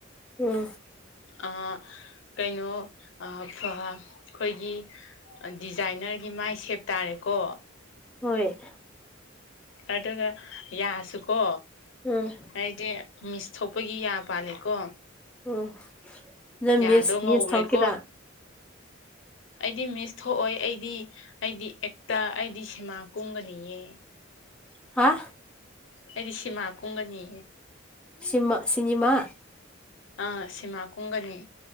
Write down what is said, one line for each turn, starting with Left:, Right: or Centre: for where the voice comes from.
Centre: ꯎꯝ
Left: ꯑ ꯀꯩꯅꯣ ꯑ ꯈ ꯈꯣꯏꯒꯤ ꯗꯤꯖꯥꯏꯅꯔꯒꯤ ꯃꯥꯏ ꯁꯦꯞ ꯇꯥꯔꯦꯀꯣ
Centre: ꯍꯣꯏ
Left: ꯑꯗꯨꯒ ꯌꯥꯁꯨꯀꯣ
Centre: ꯎꯝ
Left: ꯑꯩꯗꯤ ꯃꯤꯁ ꯊꯣꯛꯄꯒꯤ ꯌꯥ ꯄꯥꯜꯂꯤꯀꯣ
Centre: ꯑꯣ ꯅꯪ
Left: ꯌꯥꯗꯣ
Centre: ꯃꯤꯁ
Left: ꯉꯧꯔꯦꯀꯣ
Centre: ꯃꯤꯁ ꯊꯣꯛꯈꯤꯔꯥ
Left: ꯑꯩꯗꯤ ꯃꯤꯁ ꯊꯣꯛꯑꯣꯏ ꯑꯩꯗꯤ ꯑꯩꯗꯤ ꯑꯦꯛꯇ ꯑꯩꯗꯤ ꯁꯤꯃꯥ ꯀꯨꯝꯒꯅꯤꯌꯦ
Centre: ꯍꯥ
Left: ꯑꯩꯗꯤ ꯁꯤꯃꯥ ꯀꯨꯝꯒꯅꯤ
Centre: ꯁꯤꯃ ꯁꯤꯅꯤꯃ
Left: ꯑꯥ ꯁꯤꯃꯥ ꯀꯨꯝꯒꯅꯤ